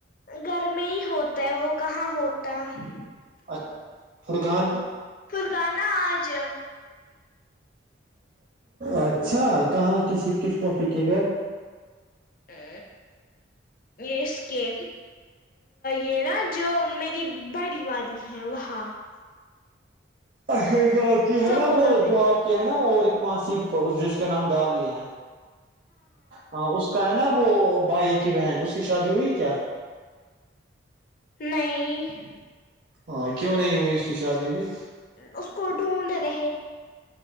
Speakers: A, on the left; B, on the right.
A: گھر میں ہی ہوتا ہے وہ کہاں ہوتا پھر
B: ا فرقان
A: فرگانا آج
B: اچھا کہاں کسی کس پاپی کے گھر
A: ا اس کے یہ نا <unintelligible> جو میری بڑی وادی ہے وہاں <unintelligible>
B: اچا جو آپ کی ہے
A: سگوما
B: نا وہ
A: میں
B: جو آپ کی ہے نا اور ایک معاسیی جس کے نام ڈالی ہیں <unintelligible> ہاں اس کا ہے نا وہ بھائی کی بہن اس کی شادی ہوئی کیا <unintelligible>
A: نہیں <unintelligible>
B: ہاں کیوں نہیں ہوئی اس کی شادی بھیھی
A: اس کو ڈھونڈ رہے